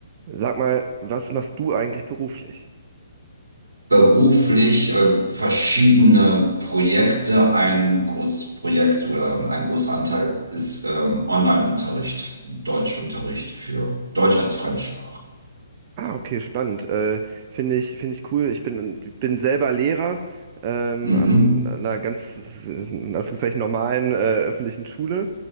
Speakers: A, on the right; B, on the right.
A: Sag mal, was machst du eigentlich beruflich?
B: beruflich äh, verschiedene Projekte. Ein großes Projekt oder ein großer Anteil ist ähm, Online-Unterricht, Deutschunterricht für Deutsch als Fremdsprache.
A: Ah, okay, spannend. Äh, finde ich, finde ich cool. Ich bin, bin selber Lehrer ähm,
B: Mhm.
A: an einer ganz, in Anführungszeichen, normalen äh, öffentlichen Schule